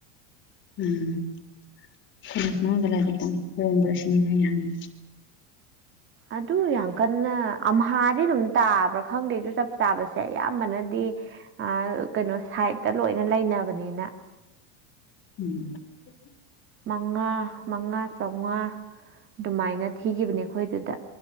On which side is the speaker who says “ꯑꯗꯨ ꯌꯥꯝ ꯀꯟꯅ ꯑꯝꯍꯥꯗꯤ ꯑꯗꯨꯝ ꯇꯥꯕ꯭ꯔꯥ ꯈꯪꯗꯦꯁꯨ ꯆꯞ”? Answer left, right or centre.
Right